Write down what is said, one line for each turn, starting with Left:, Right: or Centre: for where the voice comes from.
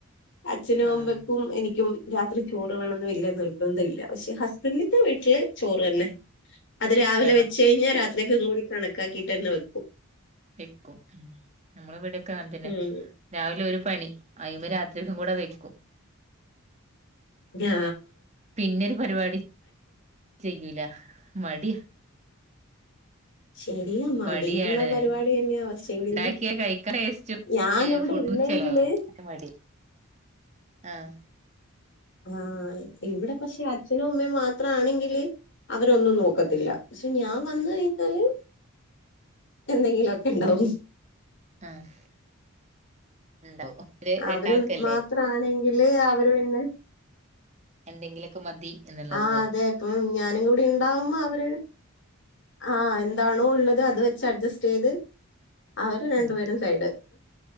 Left: അച്ഛനും
Right: ആഹ്
Left: അമ്മയ്ക്കും
Right: ആഹ്
Left: എനിക്കും രാത്രി ചോറ് വേണന്നും വല്യ നിർബന്ധം ഇല്ല പക്ഷെ ഹസ്ബൻഡിന്റെ വീട്ടില് ചോറ് തന്നെ, അത് രാവിലെ
Right: വേണം
Left: വെച്ച കഴിഞ്ഞാ രാ ത്രിക്കും കൂടി കണക്കാക്കിട്ട് തന്നെ വെക്കും
Right: വെക്കും, നമ്മള് ഇവിടെക്കെ അങ്ങനെ തന്നെ
Left: ഉം
Right: രാവിലെ ഒരു പണി അയ്മ രാത്രിക്കും കൂടെ വെക്കും
Left: രാ
Right: പിന്നെരു പരിപാടി ചെയ്യൂല മടി
Left: ശരിയാ മടിയുള്ള
Right: മടിയാണ്
Left: പരിപാടി തന്നെയാ പക്ഷെങ്കില്
Right: ഉണ്ടാക്കിയ കഴിക്ക
Left: ഞാനിവിടെ
Right: ഏഹ് ഫുഡും
Left: ഇല്ലെങ്കില്
Right: ചെലവും അ മടി ആഹ്
Left: ആഹ് ഇവിടെ പക്ഷെ അച്ഛനും അമ്മയും മാത്ര ആണെങ്കില് അവരൊന്നും നോക്കത്തില്ല പക്ഷെ ഞാൻ വന്ന് കഴിഞ്ഞാല് എന്തെങ്കിലൊക്കെ ഉണ്ടാവും
Right: ആഹ് ഉണ്ടാവും ഒരു
Left: അവര്
Right: രണ്ടാൾക്കല്ലേ
Left: മാത്ര ആണെങ്കില് അവര് പിന്നെ
Right: എന്തെങ്കിലൊക്കെ മതി എന്നുള്ളതാവും
Left: ആഹ് അതെ ഇപ്പൊ ഞാനും കൂടി ഉണ്ടാവുമ്പോ അവര് ആഹ് എന്താണോ ഉള്ളത് അത് വെച്ച് അഡ്ജസ്റ്റ് ചെയ്ത് അവര് രണ്ടുപേരും
Right: ഉം
Left: സൈഡ്